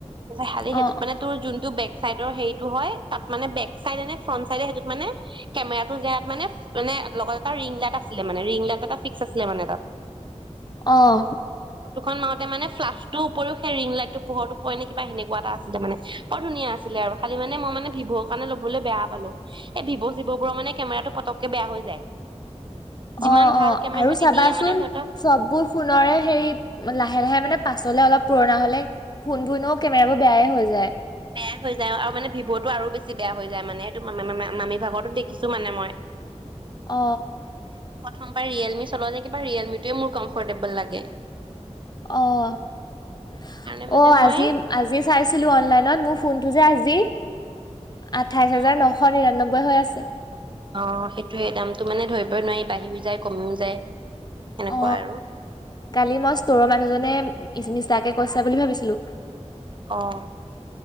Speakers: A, on the right; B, on the left.
A: ত খালি সেইটোত
B: অ অ
A: মানে তোৰ যোনটো বেগ চাইডৰ হেৰিত সেইটো হয় তাত মানে বেক চাইডে নে ফ্ৰন্ট চাইডে সেইটোক মানে কেমেৰাটো যাত মানে মানে লগতে এটা ৰিং লাইট আছিলে মানে ৰিং লাইট এটা ফিক্স আছিলে মানে তাত
B: আহ
A: খন মাৰোতে মানে ফ্লাষ্টো উপৰিও সেই ৰিং লাইট পোহৰটো পৰে নে কিবা সেনেকা এটা আছিলে মানে বৰ ধুনীয়া আছিলে খালি মানে মই মানে ভিভ'ৰ কাৰণে লবলৈ বেয়া পালো ভভ' জীৱ বোৰৰ মানে কেমেৰাটো পতকে বেয়া হৈ যায় যিমান
B: অ
A: ভাল
B: অ
A: কেমেৰা
B: আৰু
A: সিহঁতি
B: চাবাচোন
A: দিয়ে মানে সিহঁতৰ
B: চববোৰ ফোনেৰে হেৰি লাহে লাহে মানে প আচলতে অলপ পুৰণা হলে ফোনবোৰও কেমেৰাবোৰ বেয়াই হৈ যায়
A: বেয়া হৈ যায় আৰু মানে ভিভ'টো আৰু বেছি বেয়া হৈ যায় মানে সেইটো ম মামী ভাগতো দেখিছো মানে মই
B: অ
A: গম পাই ৰিয়েলমি চলোৱা যায় কিবা ৰিয়েলমিটয়ে মোৰ কম্ফৰ্টেবল লাগে।
B: অ', -
A: কাৰণে মানে
B: অ',
A: মই
B: আজি- আজি চাইছিলো অনলাইনত ম', ফোনটো যে আজি আঠাইছ
A: অ
B: হাজাৰ নশ নিৰান্নব্বৈ। গৈ হৈ আছে।
A: অ', সেইটো দামটো মানে ধৰিব নোৱাৰি বাঢ়ি - বাঢ়ি যায় কমিও যায় সেনেকুৱা
B: অ
A: আৰু।
B: কালি মই ষ্টৰৰ মানুহজনে মিছাকে কৈছো বুলি ভাবিছিলো
A: অ',